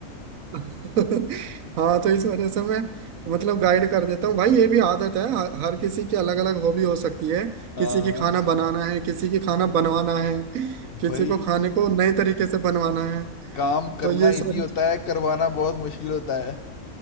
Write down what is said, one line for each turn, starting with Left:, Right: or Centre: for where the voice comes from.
Right: <laughs> हाँ तो इस वजह से मैं मतलब गाइड कर देता हूँ भाई ये भी आदत है हर हर किसी की अलग अलग हॉबी हो सकती है
Left: हाँ
Right: किसी की खाना बनाना है किसी की खाना बनवाना है किसी
Left: भाई
Right: को खाने को नए तरीके से बनवाना है
Left: काम करना
Right: तो ये सारी
Left: इजी होता है करवाना बहुत मुश्किल होता है